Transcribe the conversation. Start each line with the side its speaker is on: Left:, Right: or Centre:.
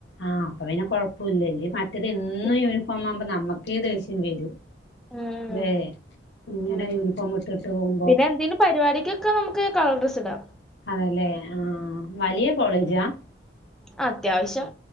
Left: ആഹ് അപ്പൊ പിന്നെ കൊഴപ്പൂല്ല മറ്റേത് എന്നും
Centre: ഉം
Left: യൂണിഫോമാ ആവുമ്പോ നമ്മുക്ക് ദേശ്യം വെരും.
Centre: ഉം
Left: ല്ലെ ഇങ്ങനെ
Centre: ഉം
Left: യൂണിഫോമ് ഇട്ട്ട്ട് പോവുമ്പോ
Centre: പിന്നെ എന്തേലും പരിപാടിക്കൊക്കെ നമുക്ക് കള്ർഡ്രെസ്സ്ടാ
Left: അതേലേ ആഹ്, വലിയ കോളേജാ?
Centre: ആ, അത്യാവശ്യം